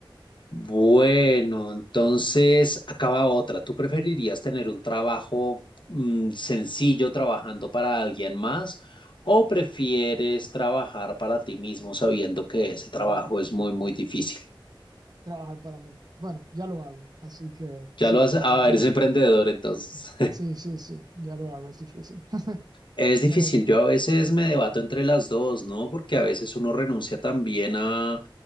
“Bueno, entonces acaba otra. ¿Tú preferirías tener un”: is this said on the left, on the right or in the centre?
Left